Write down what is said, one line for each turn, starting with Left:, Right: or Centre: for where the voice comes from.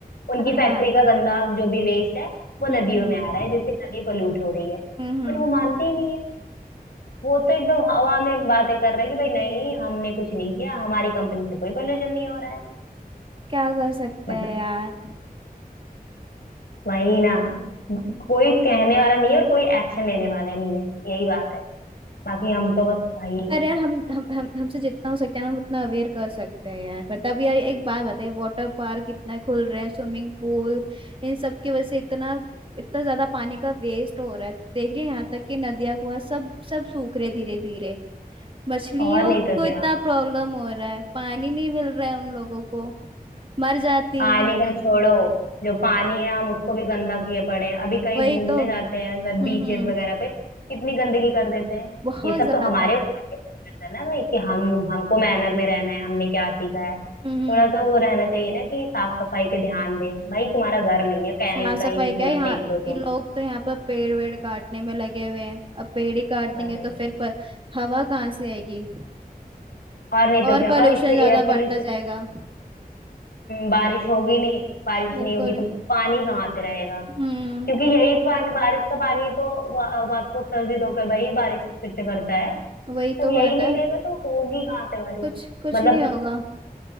Left: उनकी
Right: हाँ
Left: फैक्ट्री
Right: हाँ
Left: का गंदा जो भी वेस्ट है वो
Right: हम्म
Left: नदियों
Right: हम्म
Left: में आ रहा है जिससे नदी पोल्यूट हो रही है
Right: हम्म हम्म।
Left: बट वो मानते ही नहीं है वो तो एकदम हवा में बातें कर रहे हैं कि भाई नहीं हमने कुछ नहीं किया हमारी कंपनी से कोई पोल्यूशन नहीं हो रहा है
Right: क्या कर सकते
Left: मतलब
Right: हैं यार
Left: वही ना कोई कहने वाला नहीं है और कोई एक्शन लेने वाला नहीं है यही बात है बाकी हम तो बस भाई
Right: पर यार हम हम हम हमसे जितना हो सकता है ना हम उतना अवेयर कर सकते हैं यार पर तब यार एक बात बताइए वाटर पार्क इतना खुल रहे हैं स्विमिंग पूल इन सब की वजह से इतना इतना ज्यादा पानी का वेस्ट हो रहा है तो देख रही है यहाँ तक कि नदियां कुआं सब सब सूख रहे धीरे धीरे मछलियों
Left: और नहीं तो
Right: को
Left: क्या
Right: इतना प्रॉब्लम हो रहा है पानी नहीं मिल रहा है उन लोगों को मर जाती
Left: पानी
Right: है
Left: का छोड़ो जो पानी है हम उसको भी गंदा किए पड़े हैं अभी कहीं
Right: वही
Left: घूमने
Right: तो हम्म
Left: जाते हैं अगर बीचेस
Right: हम्म
Left: वगैरह पे कितनी गंदगी कर देते हैं
Right: बहुत
Left: ये सब
Right: ज्यादा
Left: तो हमारे ऊपर डिपेंड करता है ना भाई कि हम हमको मैनर में रहना है हमने क्या सीखा है
Right: हम्म
Left: थोड़ा
Right: हम्म
Left: तो वो रहना चाहिए ना कि साफ सफाई पे ध्यान दें भाई तुम्हारा घर नहीं है कहीं
Right: साफ
Left: कहीं
Right: सफाई
Left: भी
Right: क्या
Left: कूड़ा
Right: यहाँ
Left: फेंक
Right: ये
Left: दो तुम
Right: लोग तो यहाँ पर पेड़ वेड़ काटने में लगे हुए हैं अब पेड़ ही काट देंगे
Left: अरे
Right: तो फिर प, हवा कहाँ से आएगी
Left: और नहीं तो
Right: और
Left: क्या
Right: पोल्यूशन
Left: और इससे
Right: ज्यादा
Left: एयर पोल्यूशन
Right: बढ़ता जाएगा
Left: बारिश होगी नहीं बारिश
Right: बिल्कुल
Left: नहीं होगी तो पानी कहाँ से रहेगा
Right: हम्म
Left: क्योंकि यही पानी बारिश का पानी तो वा, वास्को उत्सर्जित होकर भाई बारिश फिर से करता है
Right: वही
Left: तब
Right: तो बात
Left: यही नहीं
Right: है
Left: रहेगा तो होगी कहाँ से बारिश
Right: कुछ कुछ
Left: मतलब
Right: नहीं होगा